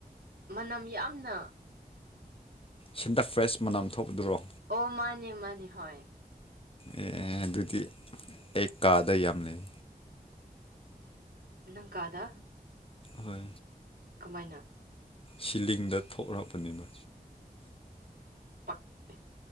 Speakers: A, on the right; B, on the left.
A: ꯃꯅꯝ ꯌꯥꯝꯅ
B: ꯁꯤꯟꯗ ꯐ꯭ꯔꯦꯁ ꯃꯅꯝ ꯊꯣꯛꯗꯨꯔꯣ
A: ꯑꯣ ꯃꯥꯅꯦ ꯃꯥꯅꯦ ꯍꯣꯏ
B: ꯑꯦ ꯑꯗꯨꯗꯤ ꯑꯩ ꯀꯥꯗ ꯌꯥꯝ ꯂꯩ
A: ꯅꯪ ꯀꯥꯗꯥ
B: ꯍꯣꯏ
A: ꯀꯃꯥꯏꯅ
B: ꯁꯤꯂꯤꯡꯗ ꯊꯣꯛꯂꯛꯄꯅꯤꯅ
A: ꯄꯛꯇꯦ